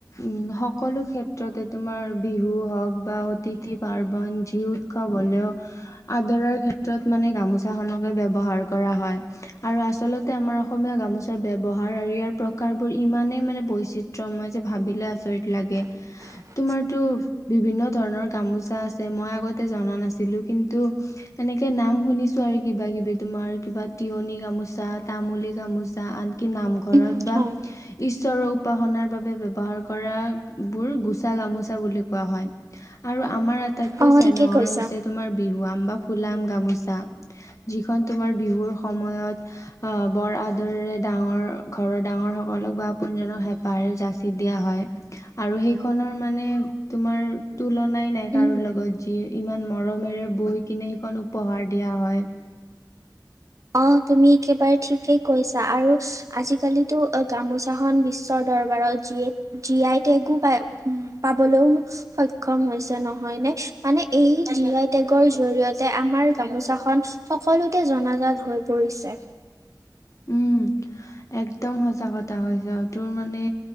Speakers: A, on the left; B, on the right.
A: উম সকলো ক্ষেত্ৰতে তোমাৰ বিহু হওঁক বা অতিথি পাৰ্বন যি উৎসৱ হ'লেও, আদৰাৰ ক্ষেত্ৰত মানে গামোচাখনকে ব্যৱহাৰ ব্যৱহাৰ কৰা হয় আৰু আচলতে আমাৰ অসমীয়া গামোচা তাৰ ব্যৱহাৰ আৰু ইয়াৰ প্ৰকাৰবোৰ ইমানেই মানে, বৈচিত্ৰ্যময় যে ভাবিলে আচৰিত লাগে।
B: <inaudible>
A: তোমাৰতো, বিভিন্ন ধৰণৰ গামোচা আছে মই আগতে জনা নাছিলো, কিন্তু তেনেকে নাম শুনিছোঁ আৰু কিবা-কিবি তোমাৰ কিবা তিয়নি গামোচা, তামুলী গামোচা, আনকি নামঘৰ
B: উম
A: ঘৰত বা
B: হয়
A: ঈশ্বৰক উপাসনাৰ বাবে ব্যৱহাৰ কৰাবোৰ গোচা গামোচা বুলি কোৱা হয়। আৰু আমাৰ আটাইতকৈ
B: অ
A: চেনেহৰ
B: ঠিকে কৈছা
A: হৈছে তোমাৰ বিহুৱাম বা ফুলাম গামোচা যিখন তোমাৰ বিহুৰ সময়ত আহ, বৰ আদৰেৰে ডাঙৰ ঘৰৰ ডাঙৰসকলক বা আপোনজনক হেঁপাহেৰে যাচি দিয়া হয়। আৰু সেইখনৰ মানে, তোমাৰ তুলনাই নাই, কাৰো
B: উম।
A: লগত যি ইমান মৰমেৰে বৈ কিনে, সেইখন উপহাৰ দিয়া হয়।
B: অ', তুমি একেবাৰে ঠিকেই কৈছা আৰু আজিকালিতো গামোচাখন বিশ্বৰ দৰবাৰত জিয়, জি-আই টেগও পাই উ পাবলৈও সক্ষম হৈছে, নহয়নে মানে, এই জি-আই টেগৰ জৰিয়তে আমাৰ গামোচাখন সকলোতে জনাজাত হৈ পৰিছে। <inaudible>
A: উম একদম সঁচাকথা কৈছা আৰু তোৰ মানে